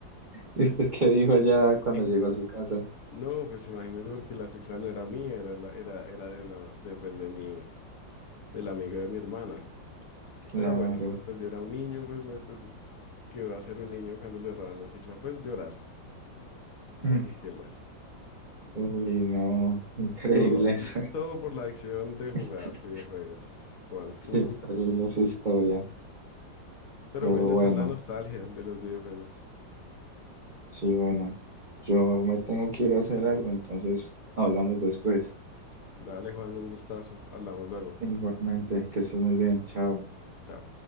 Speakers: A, on the right; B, on the left.
A: ¿y usted qué dijo allá cuando
B: Y
A: llegó a su casa?
B: no, pues imagínate porque la cicla no era mía, era, la- era, era de una, de, pues, de mi, del amigo de mi hermana.
A: Claro.
B: Pero bueno, pues, pues yo era un niño, pues, me, pues ¿qué va a ser un niño cuando le roban la cicla? Pues llorar,
A: Mm.
B: porque ¿qué más?
A: Uy, no, increíble
B: Todo,
A: eso.
B: todo por la adicción de jugar
A: <laughs>
B: videojuegos, Juan. Ujú.
A: Increíble esa historia.
B: Pero
A: Pero
B: bueno,
A: bueno,
B: esa es la nostalgia de los videojuegos.
A: sí, bueno. Yo me tengo que ir a hacer algo, entonces hablamos después.
B: Dale, Juan, un gustazo. Hablamos luego.
A: Igualmente, que estés muy bien. Chao.
B: Chao.